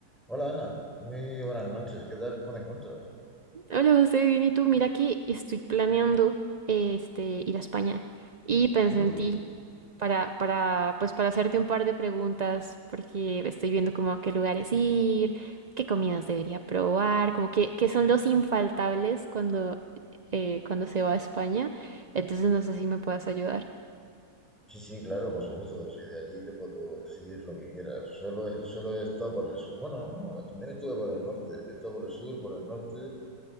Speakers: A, in the centre; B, on the right.
A: Hola Ana, muy buenas noches, ¿qué tal? ¿Cómo te encuentras?
B: Hola José, bien, ¿y tú? Mira que estoy planeando este, ir a España y pensé
A: Muy
B: en
A: bien.
B: ti para, para, pues, para hacerte un par de preguntas porque estoy viendo como a qué lugares ir, qué comidas debería probar, como que, qué son los infaltables cuando, eh, cuando se va a España. Entonces no sé si me puedas ayudar.
A: Sí, sí, claro, por supuesto, soy de allí y te puedo decir lo que quieras. Solo he, solo he estado por el sur. Bueno, no, no, también estuve por el norte, he estado por el sur, por el norte.